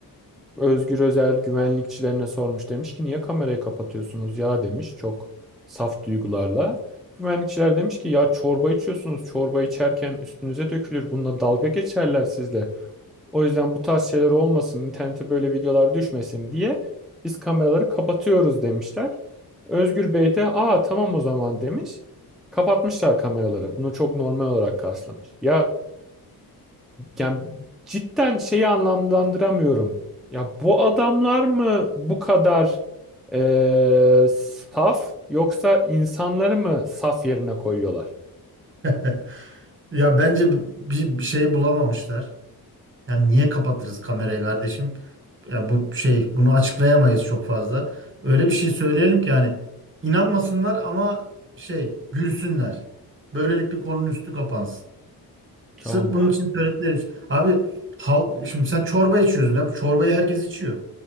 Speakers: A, in the centre; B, on the right.
A: Özgür Özel güvenlikçilerine sormuş demiş ki niye kamerayı kapatıyorsunuz ya demiş çok saf duygularla. Güvenlikçiler demiş ki ya çorba içiyorsunuz çorba içerken üstünüze dökülür bununla dalga geçerler sizle. O yüzden bu tarz şeyler olmasın, internete böyle videolar düşmesin diye biz kameraları kapatıyoruz demişler. Özgür Bey de aa tamam o zaman demiş. Kapatmışlar kameraları. Bunu çok normal olarak karşılamış. Ya yani cidden şeyi anlamlandıramıyorum. Ya bu adamlar mı bu kadar eee, saf yoksa insanları mı saf yerine koyuyorlar?
B: <laughs> Ya bence bir, bir şey bulamamışlar. Yani niye kapatırız kamerayı kardeşim? Ya bu şey bunu açıklayamayız çok fazla. Öyle bir şey söyleyelim ki hani inanmasınlar ama şey gülsünler. Böylelikle konunun üstü kapansın. Sırf
A: Ama
B: bunun için söyledikleri bir şey. Abi halk şimdi sen çorba içiyorsun. Abi çorbayı herkes içiyor.